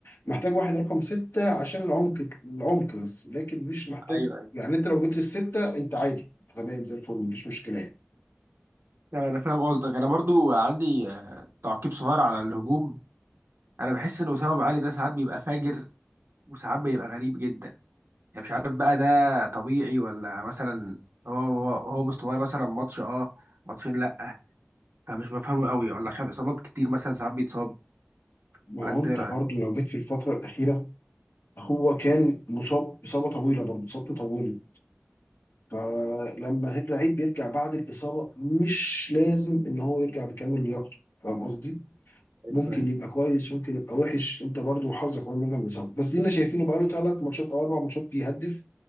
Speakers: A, on the left; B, on the right.
A: محتاج واحد رقم ستة عشان العمق العمق بس لكن مش محتاج
B: ايوه ايوه
A: يعني انت لو جبت الستة انت عادي تمام زي الفل مفيش مشكلة يعني
B: لا، انا فاهم قصدك انا برضو عندي آه، تعقيب صغير على الهجوم انا بحس ان اسامه ابو علي ده ساعات بيبقى فاجر وساعات بيبقى غريب جدا يعني مش عارف بقى ده طبيعي ولا مثلا هو هو هو مستواه مثلا ماتش اه ماتشين لا فمش بفهمه قوي ولا عشان اصابات كتير مثلا ساعات بيتصاب
A: ما
B: ولا
A: هو
B: انت
A: انت
B: ايه رايك
A: برضه لو جيت في الفترة الأخيرة هو كان مصاب إصابة طويلة برضه إصابته طويلة فلما لعيب بيرجع بعد الإصابة مش لازم إن هو يرجع بكامل لياقته فاهم قصدي؟
B: أيوة.
A: ممكن يبقى كويس ممكن يبقى وحش انت برضو وحظك اول مره من الاصابه بس دينا شايفينه بقاله ثلاث ماتشات او اربع ماتشات بيهدف